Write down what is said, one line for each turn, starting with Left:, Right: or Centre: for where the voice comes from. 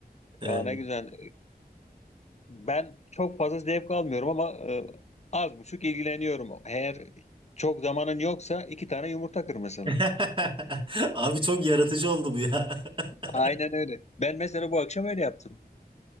Right: E,
Left: Ya ne güzel. Ben çok fazla zevk almıyorum ama e, az buçuk ilgileniyorum. Eğer çok zamanın yoksa iki tane yumurta kır mesela.
Right: <laughs> abi çok yaratıcı oldu bu ya. <laughs>
Left: Aynen öyle. Ben mesela bu akşam öyle yaptım.